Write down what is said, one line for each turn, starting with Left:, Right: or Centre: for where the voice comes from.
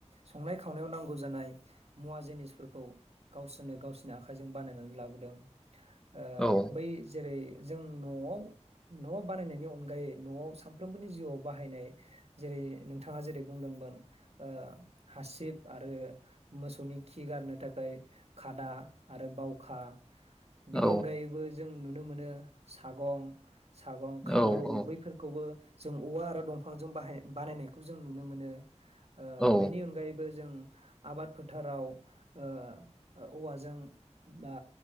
Right: संनाय खावनायाव नांगौ जानाय मुवा जिनिसफोरखौ गावसोरनो गावसोरनि आखाइजों बानायनानै लाबोदों ओ
Centre: औ
Right: बै जेरै जों न'आव न' बानायनायनि अनगायै न'आव सानफ्रोमबोनि जिउआव बाहायनाय जेरै नोंथाङा जेरै बुंदोंमोन ओ हासिब आरो मोसौनि खि गारनो थाखाय खादा आरो बावखा बेनि
Centre: औ
Right: अनगायैबो जों नुनो मोनो सागं सागं
Centre: औ
Right: खादौ बैफोरखौबो जों औवा आरो दंफांजों बाहाय बानायनायखौ जों नुनो मोनो ओ
Centre: औ
Right: बेनि अनगायैबो जों आबाद फोथाराव ओ औवाजों बा